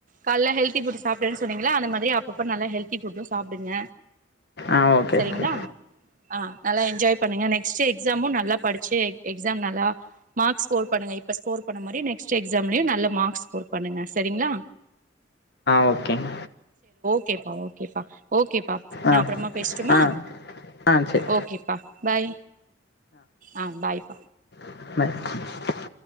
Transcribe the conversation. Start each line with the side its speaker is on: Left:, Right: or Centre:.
Right: கால்ல ஹெல்தி புட் சாப்டுவேனு சொன்னீங்ள அந்த மாதிரி அப்பப்ப நல்லா ஹெல்தி ஃபுட்டு சாப்டுங்க
Left: ஆ ஓகே
Right: செரிங்ளா
Left: ஓகே
Right: ஆ நல்லா என்ஜாய் பண்ணுங்க நெக்ஸ்டு எக்ஸாமு நல்லா படிச்சி எக் எக்ஸா நல்லா மார்க்ஸ் ஸ்கோர் பண்ணுங்க இப் இப்ப ஸ்கோர் பண்ணா மாரி நெக்ஸ்ட் எக்ஸாம்லியு நல்ல மார்க்ஸ் ஸ்கோர் பண்ணுங்க செரிங்ளா
Left: ஓகேங்
Right: ஓகேப்பா ஓகேப்பா ஓகேப்பா நா
Left: ஆ
Right: அப்புறமா பேஸ்ட்டுமா
Left: ஆ ஆ சரி
Right: ஓகேப்பா பாய் ஆ பாய்ப்
Left: பாய்